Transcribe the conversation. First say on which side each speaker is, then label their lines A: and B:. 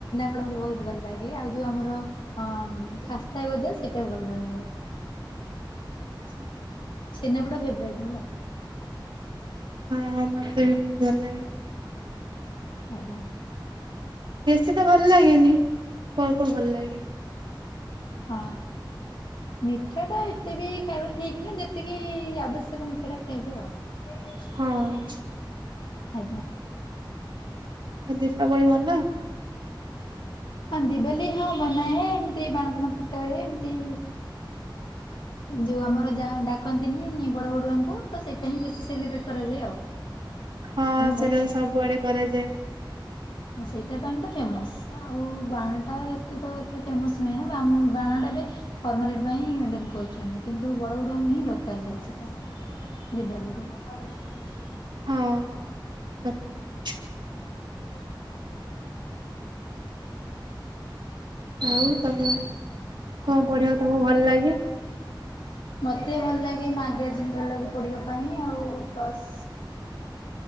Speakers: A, on the left; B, on the right.
A: ପ ବହୁତ ଭଲ ଲାଗେ ଆଉ ଯୋଉ ଆମର ଅ ଖାସ୍ତା ଗଜ ସେଇଟା ବି ଭଲ ଲାଗେ ବହୁତ
B: ଆଚଛା
A: ିନ୍ ପଡ ଫେବରାଇଟ ମର
B: ହଁ ମତେ ବିହୁତ ଭଲଇ
A: ଆଜ୍ଞା
B: ବେଶୀ ତ ଭଲ ଲାଗେନି ଅଳ୍ପ ଅଳ୍ପ ଭଲ ଲାଗେ
A: ହଁ ମିଠା ଟା ଏତେ ବି ଖାଇବା ଠିକ ନା ଯେତିକି ଆବଶ୍ୟକ ମିଠା ଟା ଖାଇବେ ଆଉ
B: ହଁ ଆଉ
A: ଆଜ୍ଞା
B: ଆଉ ଦୀପାବଳି ମନ
A: ହଁ ଦିବାଲି ହଁ ବନାଏ ଏମତି ବାଣ ଫାଣ ଫୁଟ ହୁଏ ଏମତି ଯୋଉ ଆମର ଯାହା ଡାକନ୍ତିନି ବଡବଡୁଆଙ୍କୁ ତ ସେଥିପାଇଁ ବେଶୀ ସେଲିବ୍ରେଟ କରାଯାଏ ଆଉ।
B: ହଁ
A: ଆମ
B: ସେଇଟା ତ ସବୁଆଡେ କରାଯାଏ।
A: ହଁ ସେଇଟା ପାଇଁ ତ ଫେମୋସ ଆଉ ବାଣ ଟା ହେତେ ତ ହେତେ ଫେମସ୍ ନୁହେଁ ନା ବାଣ ଟା ଏବେ ଫର୍ମାଲିଟୀ ପାଇଁ ମେଣ୍ଟେନ କରୁଛନ୍ତି। କିନ୍ତୁ ବଡ଼ବଡୁଆ ହିଁ ଡକାଯାଏ ସେଟା ଦିିବାଲିୀରେ।
B: ହୁଁ
A: <inaudible>
B: ଆଉ ତମ, କଣ ପଢ଼ିବାକୁ ତମକୁ ଭଲ ଲାଗେ?
A: ମତେ ଭଲ ଲାଗେ ମାଗାଜିନ୍ ଭଲ ଲାଗେ ପଢିବା ପାଇଁ ଆଉ ପ୍ଲସ୍